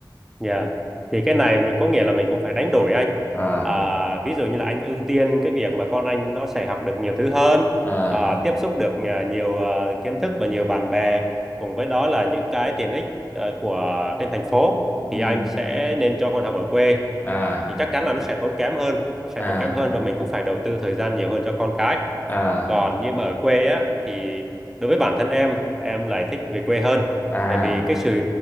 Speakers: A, in the centre; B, on the left (about 25°).
A: nhà thì cái này mình có nghĩa là mình cũng phải đánh đổi anh
B: à
A: à, ví dụ như là anh ưu tiên cái việc mà con anh nó sẽ học được nhiều thứ hơn
B: à
A: à, tiếp xúc được à, nhiều à, kiến thức và nhiều bạn bè cùng với đó là những cái tiện ích à, của trên thành phố
B: ừ
A: thì anh sẽ nên cho con học ở quê
B: à
A: thì chắc chắn là nó sẽ tốn kém hơn nó sẽ
B: à
A: tốn kém hơn và mình cũng phải đầu tư thời gian nhiều hơn cho con cái
B: à
A: còn như mà ở quê á thì đối với bản thân em em lại thích về quê hơn
B: à
A: tại vì cái sự